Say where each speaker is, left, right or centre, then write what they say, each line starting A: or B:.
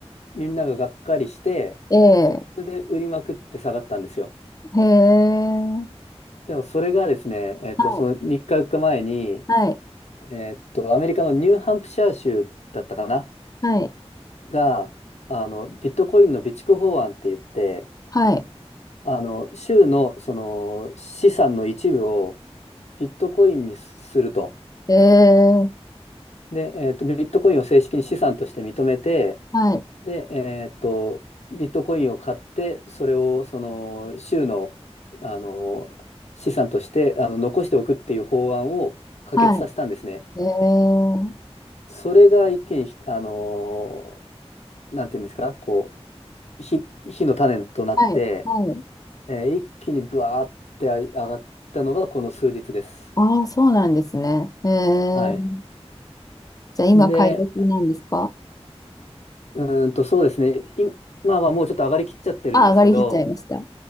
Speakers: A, on the left; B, on the left.
A: みんなががっかりして、
B: ええ、
A: それで売りまくって下がったんですよ。
B: へえ。
A: でもそれがですね、えっと、
B: はい。
A: その3日4日前に、
B: はい。
A: えーっと、アメリカのニューハンプシャー州だったかな
B: はい。
A: が、あの、ビットコインの備蓄法案って言って、
B: はい。
A: あの、州のその資産の一部をビットコインにすると。
B: ええ、
A: で、えーっと、ビットコインを正式に資産として認めて、
B: はい。
A: で、えーっと、ビットコインを買って、それをその州の、あの、資産としてあの残しておくっていう法案を可決させたんですね。
B: はい。ええ、
A: それが一気にひ、あの、なんていうんですか、こう、火、火の種となって、
B: はい。はい。
A: えー一気にブワーって上がったのがこの数日です。
B: ああ、そうなんですね。ええ。
A: はい。
B: じゃあ、今、
A: で、
B: 買い時なんですか
A: うーんと、そうですね。今は、もうちょっと上がりきっちゃってるんですけど、
B: あ、上がりきっちゃいました。